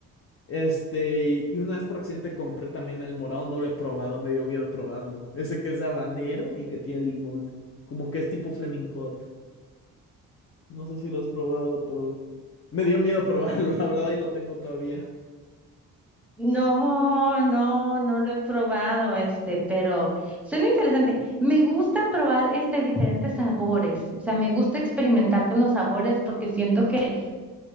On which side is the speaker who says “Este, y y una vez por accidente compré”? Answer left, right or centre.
Left